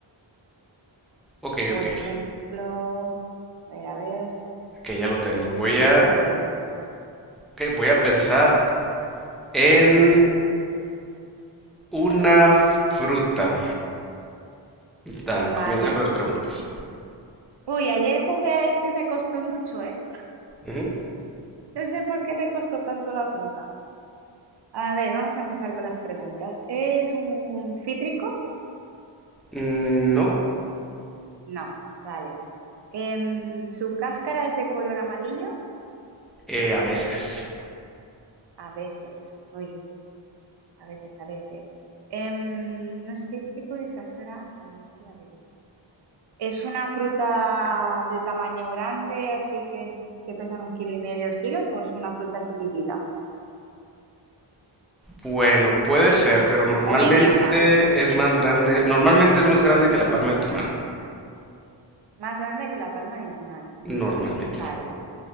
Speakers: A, in the centre; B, on the right.
A: Ok,
B: Por
A: ok.
B: ejemplo, a ver, a ver,
A: Ok, ya lo tengo. Voy
B: ¿qué se
A: a,
B: te ocurre?
A: ok, voy a pensar en una fruta. Da,
B: Vale.
A: comienza con las preguntas.
B: Uy, ayer jugué a esto y me costó mucho, ¿eh?
A: Ujú.
B: No sé por qué me costó tanto la fruta. A ver, vamos a empezar con las preguntas. ¿Es un cítrico?
A: Mm, no.
B: No, vale. Em, ¿su cáscara es de color amarillo?
A: Eh, a veces.
B: A veces, uy, a veces, a veces. Em, no es cítrico de cáscara amarilla a veces. ¿Es una fruta de tamaño grande, así que es de estas que pesan un kilo y medio, dos kilos, o es una fruta chiquitita?
A: Bueno, puede ser, pero normalmente
B: O mediana,
A: es más grande. Normalmente es más grande que la palma de tu mano.
B: más grande que la palma de mi mano.
A: Normalmente.
B: Vale.